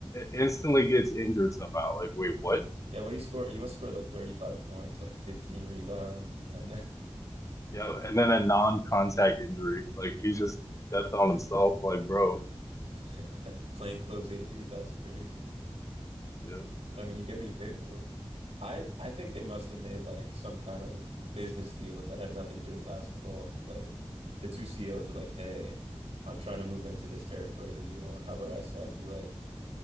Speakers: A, on the left; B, on the right.
A: instantly gets injured somehow. Like, wait, what?
B: Yeah, what he scored, he must have scored like 35 points, like 15 rebounds, and then
A: Yeah, and then a non-contact injury. Like he just stepped on himself. Like, bro,
B: <laughs> plain clothes AD, that's crazy.
A: yeah.
B: But I mean, you get what you pay for. I I think they must have made like some kind of business deal that had nothing to do with basketball. Like the two CEOs were like, "Hey, I'm trying to move into this territory that you own. How about I slide you like